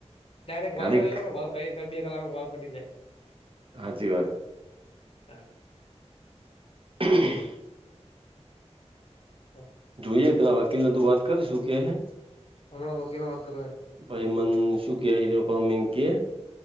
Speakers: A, on the left; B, on the right.
A: ડાયરેક્ટ
B: ખાલીક
A: કોલ કર. કોલ બે કલાક, કોલ પટી જાય.
B: હાચી વાત.
A: હમ.
B: હ.
A: હા.
B: જોઈએ, પેલા વકીલ ને તું વાત કર, શું કે હે?
A: હમણા વકીલો માફ કરે.
B: ભાઈ, મન શૂ કે, હિજ પામેિ કે